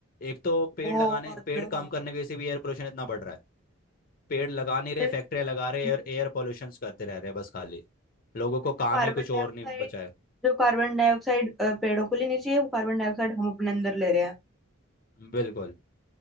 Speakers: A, on the left (about 40°); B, in the centre.
A: एक तो पेड़
B: बहुत
A: लगाने पेड़ कम
B: हाँ
A: करने की वजह से भी एयर पोल्यूशन इतना बढ़ रहा है पेड़ लगा नहीं रहे
B: फिर,
A: फैक्ट्रियां लगा रहे
B: हम्म,
A: और एयर पोल्यूशन करते रह रहे हैं बस खाली लोगों को
B: जो
A: काम
B: कार्बन
A: ही कुछ
B: डाइऑक्साइड
A: और नहीं बचा है
B: जो कार्बन डाइऑक्साइड पेड़ों को लेनी चाहिए वो कार्बन डाइऑक्साइड हम अपने अंदर ले रहे हैं
A: बिल्कुल